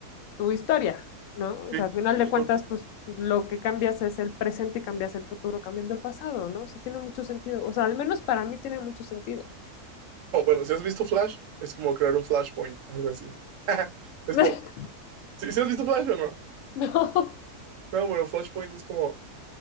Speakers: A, on the left; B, on the right.
A: tu historia, ¿no? O
B: Sí,
A: sea, al final
B: justo.
A: de cuentas, pues lo que cambias es el presente y cambias el futuro cambiando el pasado, ¿no? O sea, tiene mucho sentido. O sea, al menos para mí tiene mucho sentido.
B: O bueno, si has visto Flash, es como crear un flashpoint, algo así. <laughs> Es
A: <laughs>
B: como, si has visto Flash o no?
A: No.
B: No, bueno, flashpoint es como,